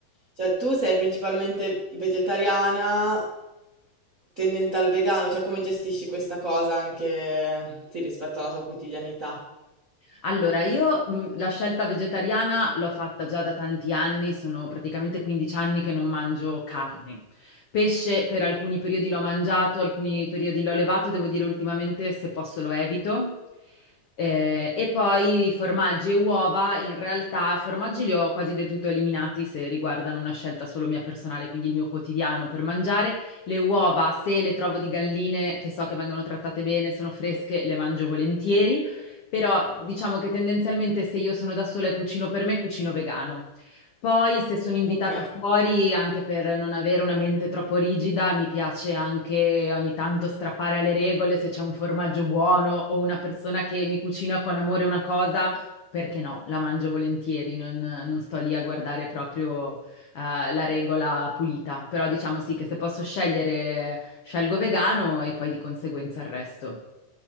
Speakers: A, on the right; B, on the left.
A: cioè, tu sei principalmente vegetariana, tendente al vegano, cioè come gestisci questa cosa anche sì, rispetto alla tua quotidianità?
B: Allora, io mh, la scelta vegetariana l'ho fatta già da tanti anni, sono praticamente 15 anni che non mangio carne. Pesce per alcuni periodi l'ho mangiato, alcuni periodi l'ho levato, devo dire ultimamente se posso lo evito. Eh, e poi formaggi e uova, in realtà formaggi li ho quasi del tutto eliminati se riguardano una scelta solo mia personale, quindi il mio quotidiano per mangiare. Le uova, se le trovo di galline che so che vengono trattate bene, sono fresche, le mangio volentieri però diciamo che tendenzialmente se io sono da sola e cucino per me, cucino vegano. Poi se sono invitata
A: Ok,
B: fuori, anche per non avere una mente troppo rigida, mi piace anche ogni tanto strappare alle regole se c'è un formaggio buono o una persona che mi cucina con amore una cosa, perché no, la mangio volentieri, non, non sto lì a guardare proprio eh, la regola pulita. Però diciamo sì che se posso scegliere, scelgo vegano e poi di conseguenza il resto.